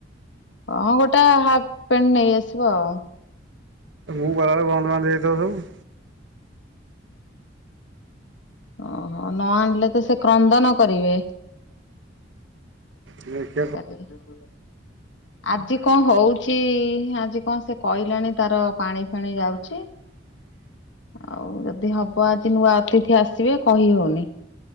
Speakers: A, on the left; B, on the right.
A: ହଁ ଗୋଟା ହାଫ ପେଣ୍ଟ ନେଇ ଆସିବ ଆଉ
B: ମୁଁ ଗଲାବେଳେ ବନ୍ଦ ବାନ୍ଦ ହେଇଯାଇଥିବ ସବୁ।
A: ଓହୋ ନ ଆଣିଲେ ତ ସେ କ୍ରନ୍ଦନ କରିବେ?
B: ହୁଁ।
A: <inaudible> ଆଜି କଣ ହଉଛି ଆଜି କଣ ସେ କହିଲାଣି ତାର ପାଣି ଫାଣି ଯାଉଛି।
B: ହ
A: ଆଉ ଯଦି ହବ ଆଜି ନୂଆ ଅତିଥି ଆସିବେ କହି ହଉନି?